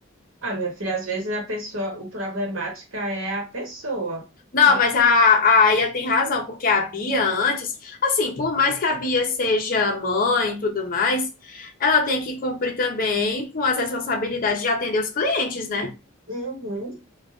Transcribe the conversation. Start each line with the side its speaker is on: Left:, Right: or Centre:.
Right: Ah, minha filha, às vezes a pessoa, o problemática é a pessoa.
Left: Não,
Right: Tá?
Left: mas a, a Aya tem razão, porque a Bia antes, assim, por mais que a Bia seja mãe e tudo mais, ela tem que cumprir também com as responsabilidades de atender os clientes, né?
Right: Uhum.